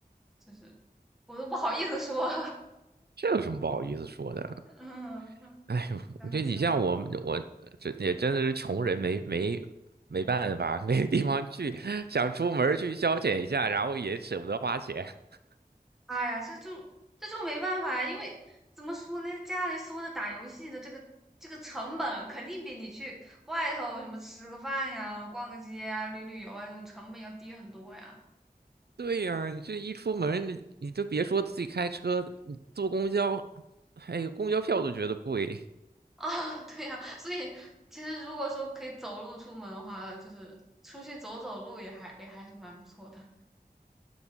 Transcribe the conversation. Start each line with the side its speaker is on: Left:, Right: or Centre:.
Centre: 就是我都不好意思说，
Right: 这有什么不好意思说的？
Centre: <laughs> 嗯嗯，
Right: 哎呦，
Centre: 太好笑了。
Right: 这你像我们我这也真的是穷人没没没办法，<laughs> 没地方去，想出门儿去消遣一下，然后也舍不得花钱。<laughs>
Centre: 哎呀，这就这就没办法，因为怎么说呢，家里缩着打游戏的这个这个成本，肯定比你去外头什么吃个饭呀、逛个街呀、旅旅游啊这种成本要低很多呀。
Right: 对呀，你这一出门，你你都别说自己开车，你坐公交，哎呦，公交票都觉得贵。
Centre: 啊，<laughs> 对呀，所以其实如果说可以走路出门的话，就是出去走走路也还也还是蛮不错的